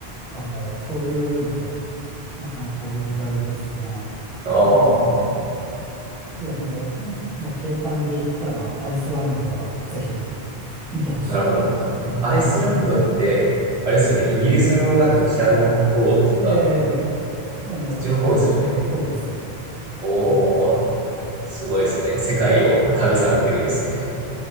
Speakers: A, in the centre; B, on the right.
A: あの、そういうのもなかなか雄大ですね。
B: ああー、
A: あの、いや、もう、もう景観で言ったらアイスランドはぜひ見てほしいかなって思いますね。
B: なるほど。アイスランドって、あれですよね、イギリスのなんか北の方っていうか、
A: ええ、その、
B: そっちの方ですよね。
A: はい、そうです。
B: おー、
A: うん。
B: すごいですね。世界を旅されてるんですね。